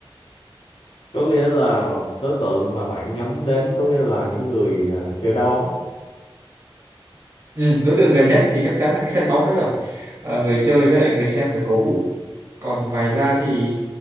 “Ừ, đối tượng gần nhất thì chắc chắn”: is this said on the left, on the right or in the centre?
Right